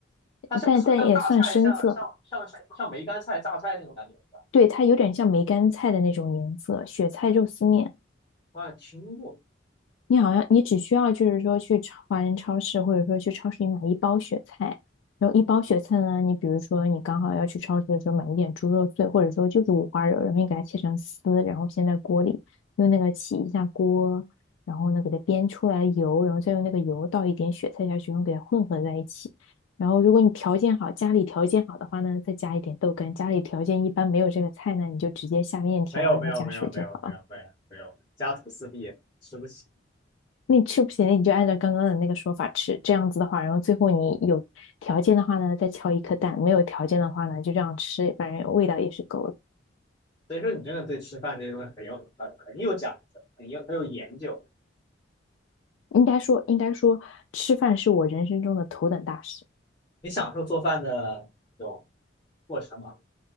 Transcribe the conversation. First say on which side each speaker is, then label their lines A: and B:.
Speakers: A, on the left; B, on the left.
A: 它像是不是像大菜，
B: 但但也算深色，
A: 像像像像像梅干菜、榨菜那种感觉？是吧
B: 对，它有点像梅干菜的那种颜色，雪菜肉丝面。
A: 我好像听过。
B: 你好像你只需要就是说去超华人超市，或者说去超市里买一包雪菜，然后一包雪菜呢，你比如说你刚好要去超市的时候买一点猪肉碎，或者说就是五花肉，然后你给它切成丝，然后先在锅里用那个起一下锅，然后呢给它煸出来油，然后再用那个油倒一点雪菜下去，然后给它混合在一起。然后如果你条件好，家里条件好的话呢，再加一点豆干；家里条件一般没有这个菜呢，你就直接下面条，
A: 没有没有没有没有没有没有没有，
B: 然后加水就好。了。
A: 家徒四壁，吃不起。
B: 那你吃不起行，你就按照刚刚的那个说法吃，这样子的话，然后最后你有条件的话呢，再敲一颗蛋；没有条件的话呢，就这样吃，反正味道也是够的。
A: 所以说你真的对吃饭这些东西很有很很有讲究，很有很有研究。
B: 应该说，应该说，吃饭是我人生中的头等大事。
A: 你享受做饭的这种过程嘛？